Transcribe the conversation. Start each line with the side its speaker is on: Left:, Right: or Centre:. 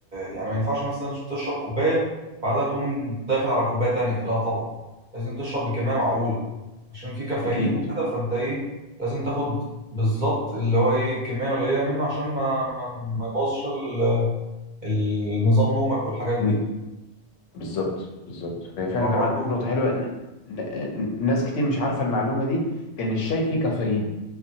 Right: يعني ما ينفعش مثلا تشرب كوباية بعدها تقوم داخل على كوباية تانية لا طبعا لازم تشرب بكمية معقولة عشان في كافيين
Left: اكيد
Right: وكده فانت ايه لازم تاخد بالظبط اللي هو ايه كمية قليلة منه عشان ما ما, ما يبوظش ال- النظام نومك والحاجات دي
Left: مم. بالظبط بالظبط هي فعلا
Right: فبرضه
Left: انت معاك نقطة حلوة ن- ن- ناس كتير مش عارفة المعلومة دي ان الشاي فيه كافيين